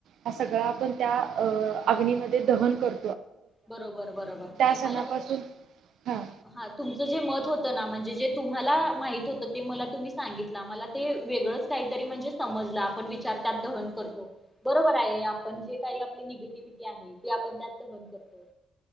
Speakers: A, on the right; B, in the centre.
A: हा सगळा आपण त्या अ अग्नी मध्ये ते दहन कर
B: बरोबर बरोबर नाही
A: सणापासून
B: मला हे
A: हां
B: हा तुमचं जे मत होतं ना, म्हणजे जे तुम्हाला माहित होत ते मला तुम्ही सांगितला मला ते वेगळंच काहीतरी म्हणजे समजला आपण विचार त्यात दहन करतो. बरोबर आहे आपण जे काही आपली निगेटिव्हटी आहे ते आपण त्यात दहन करतो. हो.